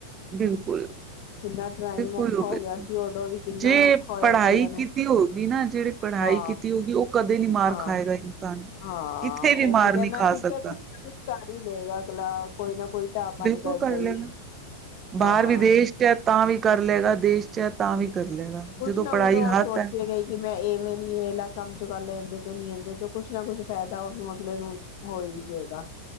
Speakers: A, on the right; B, on the left.
A: ਬਿਲਕੁਲ
B: ਕਿੰਨਾ ਟਾਈਮ
A: ਬਿਲਕੁਲ
B: ਔਖਾ
A: ਉਹ ਵੀਰ
B: ਹੋ ਗਿਆ
A: ਜੀ
B: ਸੀ ਉਦੋਂ ਵੀ ਕਿੰਨਾ
A: ਜੇ
B: ਔਖਾ ਹੋਇਆ
A: ਪੜ੍ਹਾਈ
B: ਕਈਆਂ ਨੂੰ
A: ਕੀਤੀ ਹੋ ਗ ਨਾ ਜਿਹੜੀ ਪੜ੍ਹਾਈ
B: ਹਾਂ
A: ਕੀਤੀ ਹੋ ਗ ਉਹ ਕਦੇ ਨੀ ਮਾਰ
B: ਹਾਂ
A: ਖਾਏਗਾ ਇਨਸਾਨ
B: ਹਾਂ
A: ਕਿੱਥੇ
B: ਉਹ
A: ਵੀ ਮਾਰ
B: ਕਿਤੇ
A: ਨਹੀਂ
B: ਨਾ
A: ਖਾ
B: ਚਤੇ
A: ਸਕਦਾ।
B: ਕੁਛ ਨਾ ਕੁਛ ਕਰ ਹੀ ਲਏਗਾ ਅਗਲਾ ਕੋਈ ਨਾ ਕੋਈ ਢਾਹਪਨ
A: ਬਿਲਕੁਲ
B: ਕਰਦਾ
A: ਕਰ
B: ਹੀ
A: ਲਏਗਾ। ਬਾਹਰ
B: ਹਾਂ
A: ਵਿਦੇਸ਼ ਚ ਤਾਂ ਵੀ ਕਰ ਲਏਗਾ ਦੇਸ਼ ਚ ਤਾਂ ਵੀ ਕਰ ਲਏਗਾ।
B: ਕੁਛ
A: ਜਦੋਂ
B: ਨਾ
A: ਪੜ੍ਹਾਈ
B: ਕੁਛ ਤਾਂ
A: ਹੱਥ
B: ਉਹ ਸੋਚੇ
A: ਹੈ
B: ਗ ਹੀ ਕਿ ਮੈਂ ਇਵੇਂ ਨੀ ਇਹਲਾ ਕੰਮ ਚੋਂ ਕਰ ਲ ਇਹਦੇ ਚੋਂ ਨੀ ਇਹਦੇ ਚ ਕੁਛ ਨਾ ਕੁਛ ਫਾਇਦਾ ਉਹਨੂੰ ਅਗਲੇ ਨੂੰ ਹੋ ਹੀ ਜਾਏਗਾ